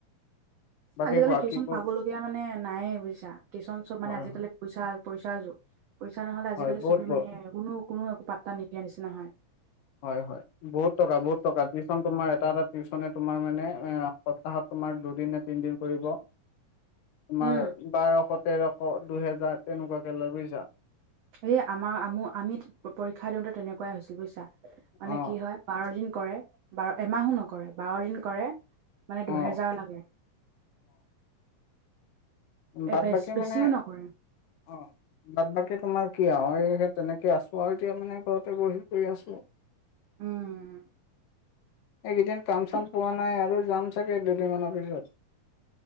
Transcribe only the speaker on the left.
বাকী
কোৱা
কি ক
হয়
হয়
হয় বহুত
ব
হয় হয় বহুত টকা বহুত টকা টিউশচন তোমাৰ এটা এটা টিউচনে তোমাৰ মানে এ সপ্তাহত। তোমাৰ দুদিন নে তিনদিন কৰিব।
তোমাৰ
বাৰশ তেৰশ দুহেজাৰ তেনেকুৱাকে লৈ বুজিছা।
অ
অ
উম
বাদ
বাকী
মানে
অ। বাদ বাকী তোমাৰ কি আৰু সেই তেনেকে আছো আৰু এতিয়া মানে ঘৰতে বহি কৰি আছো।
এইকেইদিন কাম চাম
পোৱা নাই আৰু যাম চাগে দুদিনমানৰ পিছত।